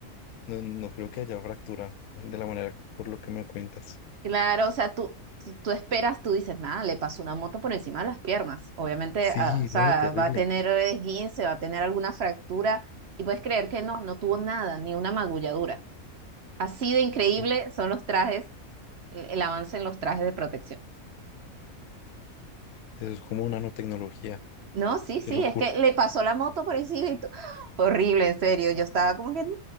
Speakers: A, on the left (about 80°); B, on the right (about 55°).
A: no, no creo que haya fractura de la manera por lo que me cuentas.
B: Claro, o sea, tú, tú, tú esperas, tú dices, nada, le pasó una moto por encima de las piernas. Obviamente,
A: Sí,
B: ah, o sea,
A: no, terrible.
B: va a tener esguince, va a tener alguna fractura, y puedes creer que no, no tuvo nada, ni una magulladura. Así de increíble
A: Oh,
B: son los trajes, el, el avance en los trajes de protección.
A: eso es como una nanotecnología.
B: No, sí, sí,
A: Qué locura.
B: es que le pasó la moto por encima y tú- ¡ah! Fue horrible, en serio. Yo estaba como que, no,